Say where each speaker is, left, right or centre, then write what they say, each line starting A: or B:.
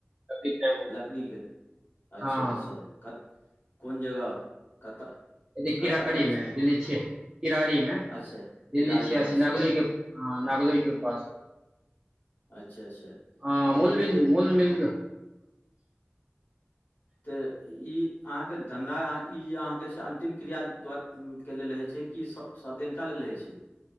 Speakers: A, on the right (about 20°); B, on the left (about 55°).
A: लकड़ी के एगो
B: लकड़ी के, अच्छा-अच्छा
A: हँ
B: कत कोन जगह कतऽ
A: अयदे
B: कतऽ
A: किरारी
B: करै
A: मे
B: छी
A: दिल्ली छियै किरारी मे
B: अच्छा किरारीमे
A: दिल्ली छियासी
B: अच्छा
A: नागलो के हां नागले के पास
B: अच्छा अच्छा
A: हां
B: तऽ
A: मूल
B: ई
A: भी
B: जे
A: मूल मिल।
B: तऽ ई अहाँ के धन्धा अहाँ ई अहाँके छै अन्तिम क्रिया द्वार उम्म के लेल हय छै कि स सब दिनका लेल हय छै।